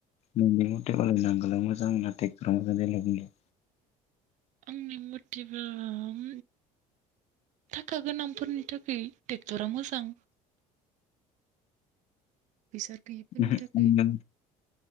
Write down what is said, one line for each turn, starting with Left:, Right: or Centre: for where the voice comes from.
Left: नोंनि मथेबालाय नांगोला मोजां ना ट्रेक्टरा मोजां जायो बुंलाय
Right: आंनि मतेबा ओम थाखा गोनांफोरनि थाखाय ट्रेक्टरा मोजां। फैसा गैयिफोरनि
Left: ओहो
Right: थाखाय
Left: नों